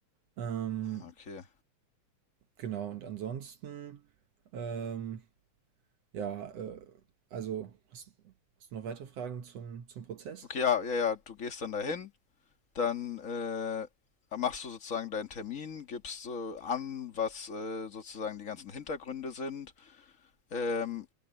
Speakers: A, on the right; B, on the left.
A: Ähm,
B: Okay.
A: genau, und ansonsten, ähm, ja, äh, also, hast, hast du noch weitere Fragen zum, zum Prozess?
B: Okay, ja, ja, ja. Du gehst dann dahin, dann äh, machst du sozusagen deinen Termin, gibst äh, an, was äh, sozusagen die ganzen Hintergründe sind ähm,